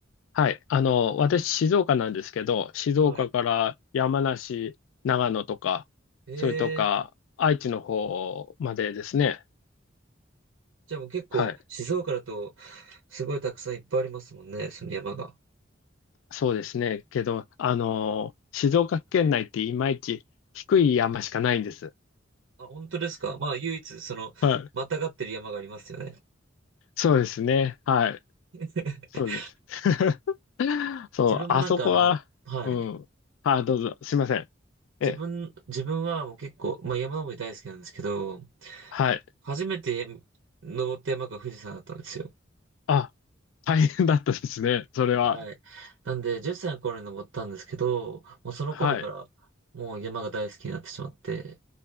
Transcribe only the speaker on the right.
はい。
ええ
じゃあもう結構静岡だと
すごいたくさんいっぱいありますもんね、その山が。
あ、本当ですかまあ唯一そのまたがってる山がありますよね。
<laughs>
自分もなんかあの、
はい。
自分、自分はもう結構、まあ山登り大好きなんですけど、
初めて登った山が富士山だったんですよ。
はい。なんで、10歳の頃に登ったんですけど、もうその頃から、
もう山が大好きになってしまって、